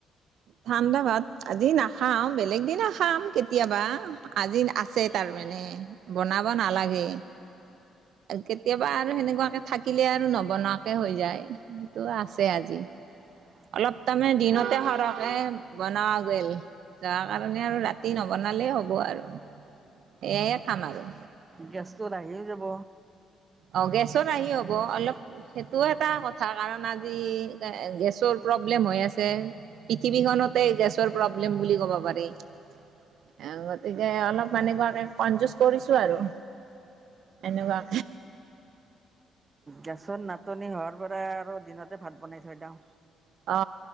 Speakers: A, on the right; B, on the right.
A: ঠাণ্ডা ভাত আজি নাখাও বেলেগ দিনাখাম কেতিয়াবা আজি আছে তাৰো মানে বনাব নালাগে কেতিয়াবা আৰু সেনেকুৱাকে থাকিলে আৰু নবনোৱাকে হৈ যায় সটো আছে আজি
B: উ
A: অলপ তামে দিনতে সৰহে বনাওঁ <unintelligible> যোৱা কাৰণে আৰু ৰাতি নবনালেই হ'ব আৰু সেয়ে খাম আৰু
B: গেছটো আহিও যাব
A: অ গেছত আহি হ'ব অলপ সেইটো এটা কথা কাৰণ আজি গেছৰ প্ৰব্লেম হৈ আছে পৃথিৱীখনতে গেছৰ প্ৰব্লেম বুলি ক'ব পাৰি আহ গতিকে অলপ মানুৱৰাকে কন যুজ কৰিছো আৰু এনেকুৱা
B: গেছৰ নাটনি হোৱাৰ পৰা আৰু দিনতে ভাত বনাই থৈ দি ওঁ
A: অ